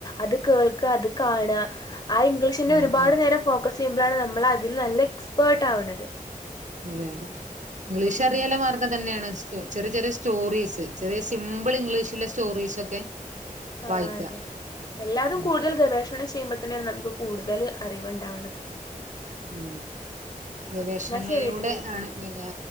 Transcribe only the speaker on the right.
ഉം
ഉം
അതെ അതെ ഇംഗ്ലീഷ്
അറിയാല്ലേ മാർഗം ഇതന്നെയാണ് ചെറിയ ചെറിയ സ്റ്റോറീസ് ചെറിയ സിമ്പിൾ ഇംഗ്ലീഷിലെ സ്റ്റോറീസൊക്കെ
വായിക്കുക
ഉം
ഉം ഗവേഷണങ്ങളിലൂടെ
ആണ് പിന്നെ